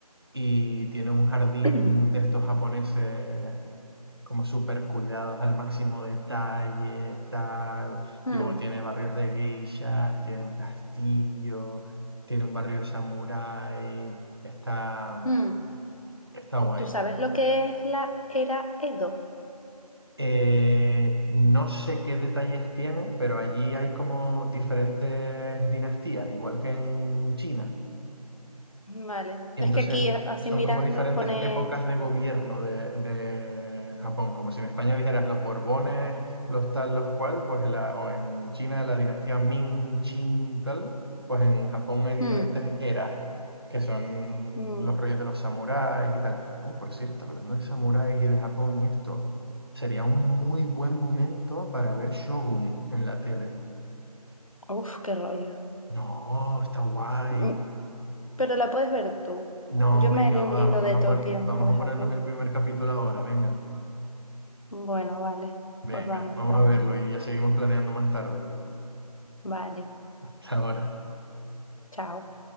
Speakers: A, on the right (about 40°); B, on the left (about 55°).
A: y tiene un jardín
B: <clears throat>
A: de estos japoneses como súper cuidados al máximo detalle, tal.
B: mm,
A: Luego tiene barrios de geishas, tiene un castillo, tiene un barrio samurái. Está,
B: mm.
A: está guay.
B: ¿Tú sabes lo que es la era Edo?
A: Eh, no sé qué detalles tiene, pero allí hay como diferentes dinastías, igual que en China.
B: Vale,
A: Y
B: es
A: entonces
B: que aquí así
A: son
B: mirando
A: como diferentes
B: pone...
A: épocas de gobierno de, de Japón, como si en España dijeras los Borbones, los tal, los cual, pues la, o en China la dinastía Ming, Qing, tal, pues en Japón hay
B: mm.
A: diferentes eras, que son
B: Mm,
A: los rollos de los samuráis y tal. Oh, por cierto, hablando de samuráis y de Japón y esto, sería un muy buen momento para ver Shogun en la tele.
B: Uf, qué rollo.
A: No, está guay.
B: Mm, Pero la puedes ver tú.
A: No,
B: Yo
A: venga,
B: me leo
A: va,
B: un libro
A: vamos
B: de
A: a
B: Tokio
A: pon- vamos
B: o de
A: a
B: Japón.
A: ponernos el primer capítulo ahora, venga,
B: Bueno, vale.
A: venga,
B: Pues vamos,
A: vamos
B: venga.
A: a verlo y ya seguimos planeando más tarde.
B: Vale.
A: <laughs> Hasta ahora.
B: Chao.